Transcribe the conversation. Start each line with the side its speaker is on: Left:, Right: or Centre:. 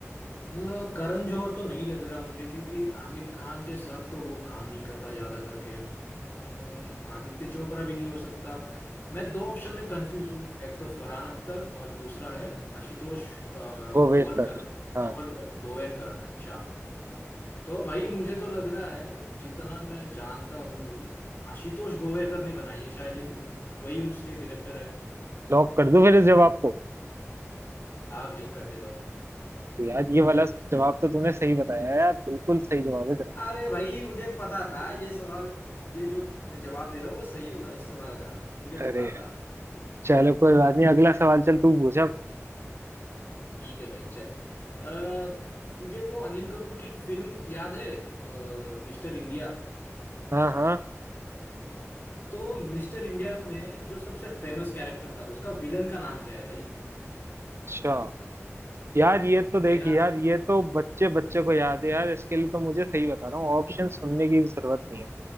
Left: अ, करण जौहर तो नहीं लग रहा मुझे क्योंकि आमिर खान के साथ तो वो काम नहीं करता ज्यादा करके हम्म, आदित्य चोपड़ा भी नहीं हो सकता मैं दो ऑप्शन में कंफ्यूज हूँ एक तो फरहान अख्तर और दूसरा है आशुतोष अ,
Right: गोवेरकर
Left: गोवरकर
Right: हाँ
Left: गोवरकर गोवेरकर अच्छा तो भाई मुझे तो लग रहा है जितना मैं जानता हूँ आशुतोष गोवेरकर ने बनाई है शायद ये फिल्म वही उसके डायरेक्टर है
Right: लॉक कर दूं फिर इस जवाब को
Left: हाँ भाई कर दे लॉक
Right: तो यार ये वाला जवाब तो तूने सही बताया यार बिल्कुल सही जवाब है तेरा
Left: अरे भाई मुझे पता था ये सवाल ये जो मैं जवाब दे रहा हूँ वो सही होगा इस सवाल का मुझे
Right: अरे
Left: पता था
Right: चलो कोई बात नहीं अगला सवाल चल तू पूछ अब
Left: ठीक है भाई चल अ, तुझे वो अनिल कपूर की फिल्म याद है मिस्टर इंडिया
Right: हाँ हाँ
Left: तो मिस्टर इंडिया में जो सबसे फेमस कैरेक्टर था उसका विलन का नाम क्या है भाई
Right: अच्छा यार ये तो देख
Left: तेरा
Right: यार ये तो बच्चे बच्चे को याद है यार इसके लिए तो मुझे सही बता रहा हूँ ऑप्शन सुनने की भी जरूरत नहीं है